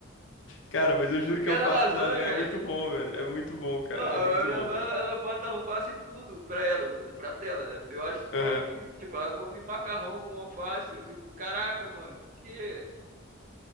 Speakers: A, on the left; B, on the right.
A: Cara, mas eu juro
B: Porque
A: que alface
B: é na lasanha,
A: com lasanha é muito bom, velho. É muito bom,
B: <laughs>
A: cara.
B: ó, a
A: É muito
B: a minha
A: bom.
B: mãe, ela, ela bota alface em tudo pra ela, no, no prato dela, né? Eu acho isso
A: Aham.
B: maluquice.
A: <laughs>
B: Tipo, ela come macarrão com alface. Eu fico, caraca, mano, por quê?